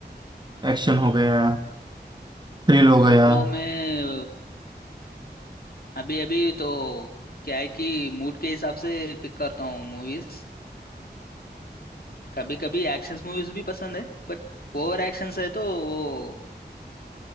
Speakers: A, on the right (about 25°); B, on the left (about 60°).
A: एक्शन हो गया थ्रिल हो
B: वो
A: गया
B: वो मैं अभी अभी तो क्या है कि मूड के हिसाब से पिक करता हूँ मूवीज कभी कभी एक्शन मूवीज भी पसंद है बट ओवर एक्शन है तो वो